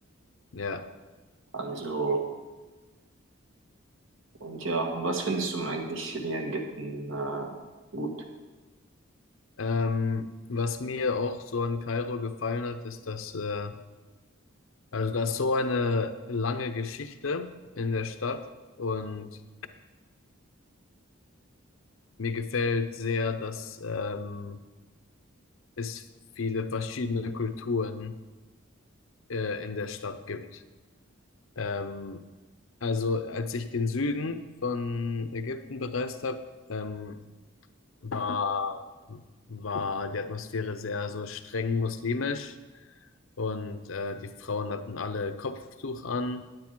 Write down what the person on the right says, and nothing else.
Also, und ja, und was findest du denn eigentlich hier in Ägypten äh, gut?